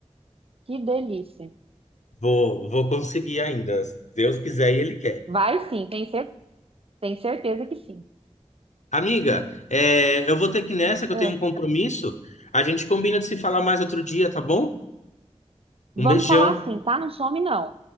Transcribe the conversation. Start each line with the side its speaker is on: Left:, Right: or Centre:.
Right: Que delícia.
Left: Vou, vou conseguir ainda. Se Deus quiser e Ele quer.
Right: Vai sim, tem, cer... tem certeza que sim.
Left: Amiga, é, eu vou ter que ir nessa, que
Right: Ah,
Left: eu tenho um compromisso. A gente combina de se falar mais outro dia, tá bom?
Right: Vamos
Left: Um beijão.
Right: falar assim, tá? Não some, não.